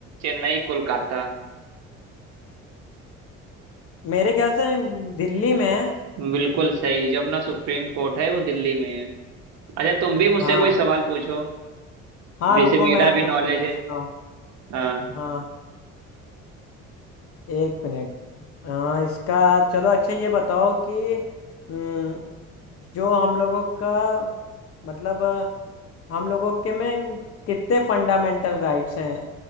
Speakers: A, on the right; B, on the left.
A: चेन्नई कोलकाता
B: मेरे ख्याल से दिल्ली में है
A: बिल्कुल सही जो अपना सुप्रीम कोर्ट है वो दिल्ली में है अच्छा तुम भी मुझसे
B: हाँ
A: कोई सवाल पूछो
B: हाँ
A: जैसे
B: रुको
A: मेरा
B: मैं अब
A: भी
B: तुमसे
A: नॉलेज
B: पूछता
A: है
B: हूँ
A: हाँ
B: हाँ एक मिनट हाँ इसका चलो अच्छा ये बताओ कि हम्म, जो हम लोगों का मतलब हम लोगों के में कितने फंडामेंटल राइट्स हैं